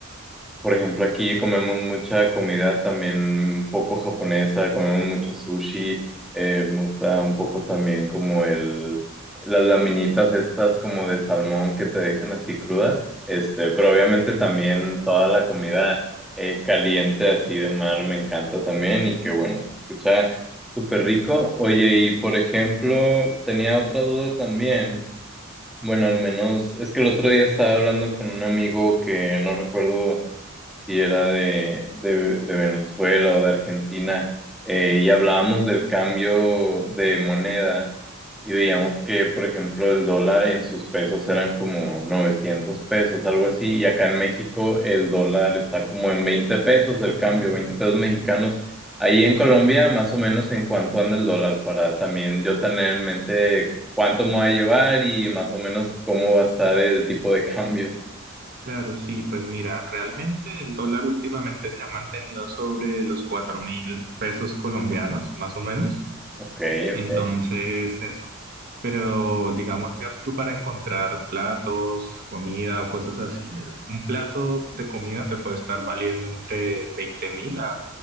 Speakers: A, in the centre; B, on the right (about 45°).
A: Por ejemplo, aquí comemos mucha comida también poco japonesa, comemos mucho sushi, eh, me gusta un poco también como el, las laminitas estas como de salmón que te dejan así crudas, este, pero obviamente también toda la comida eh, caliente así de mar me encanta también y que bueno, se escucha súper rico. Oye, y por ejemplo, tenía otra duda también, bueno, al menos es que el otro día estaba hablando con un amigo que no recuerdo si era de, de- de Venezuela o de Argentina, eh, y hablábamos del cambio de moneda y veíamos que, por ejemplo, el dólar en sus pesos eran como 900 pesos, algo así, y acá en México el dólar está como en 20 pesos el cambio, 20 pesos mexicanos. Ahí en Colombia, más o menos en cuánto anda el dólar para también yo tener en mente cuánto me voy a llevar y más o menos cómo va a estar el tipo de cambio.
B: Claro, sí, pues mira, realmente el dólar últimamente se ha mantenido sobre los cuatro mil pesos colombianos, más o menos.
A: Ok,
B: Entonces,
A: ok,
B: eso. Pero digamos, ya tú para encontrar platos, comida o cosas así, un plato de comida te puede estar valiendo entre veinte mil a